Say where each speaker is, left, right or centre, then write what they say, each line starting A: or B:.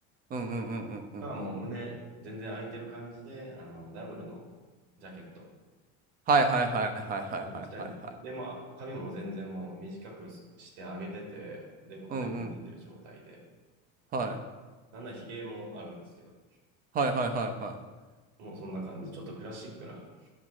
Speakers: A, on the right; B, on the right.
A: うんうんうんうんうんうん。
B: がもう胸全然空いてる感じで、あの、ダブルのジャケット
A: はいはいはいはいはいはいはいはい。
B: を着たり、で、まあ、髪も全然もう短くしてあげてて、で、おでこも出てる状態で、
A: うんうん。はい。
B: なんなら髭もあるんですけど、
A: はいはいはいはい。
B: もうそんな感じ。ちょっとクラシックな、